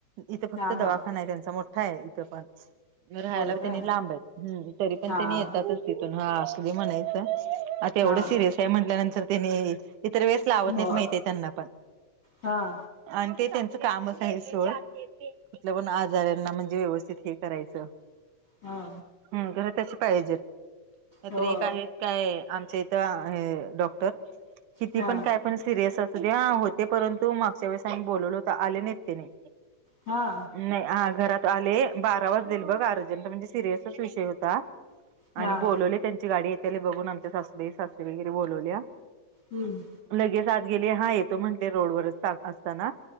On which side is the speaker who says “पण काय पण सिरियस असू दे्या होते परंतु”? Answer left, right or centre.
Right